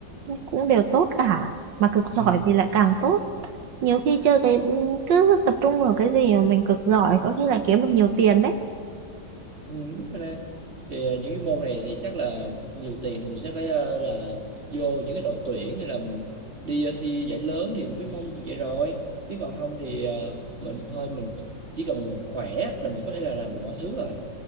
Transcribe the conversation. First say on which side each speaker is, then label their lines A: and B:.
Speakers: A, on the right (about 80°); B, on the right (about 35°).
A: cũng đều tốt cả mà cực
B: <laughs>
A: giỏi thì lại càng tốt nhiều khi chơi cái cứ tập trung vào cái gì mà mình cực giỏi có khi lại kiếm được nhiều tiền đấy
B: ừ, đúng rồi nè thì ờ, những cái môn này thì chắc là nhiều tiền thì mình sẽ phải ờ, là vô những cái đội tuyển hay là mình đi ờ, thi giải lớn thì mới mong được vậy rồi chứ còn không thì ờ, mình thôi mình chỉ cần mình khỏe là mình có thể là làm được mọi thứ rồi